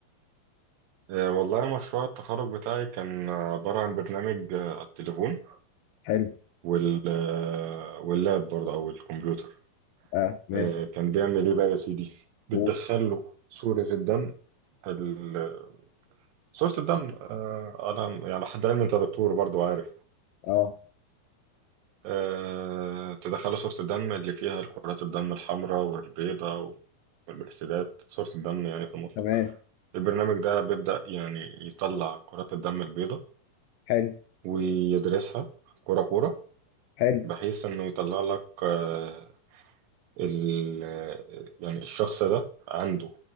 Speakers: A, on the right; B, on the left.
A: آه، والله مشروع التخرج بتاعي كان آه، عبارة عن برنامج آه، على التليفون
B: حلو
A: وال آه، واللاب برضه او الكمبيوتر
B: اه ماشي
A: آه، كان بيعمل ايه بقى يا سيدي؟ بتدخل
B: قول
A: له صورة الدم ال- صورة الدم آه، على يعني حد علم انت دكتور برضه عارف
B: اه
A: آه، تدخل له صورة الدم اللي فيها الكرات الدم الحمراء والبيضاء والبلاستيدات صورة الدم يعني في المطلق
B: تمام
A: البرنامج ده بيبدأ يعني يطلع كرات الدم البيضاء
B: حلو
A: ويدرسها كرة كرة
B: حلو
A: بحيث إنه يطلع لك آه، ال آه، يعني الشخص ده عنده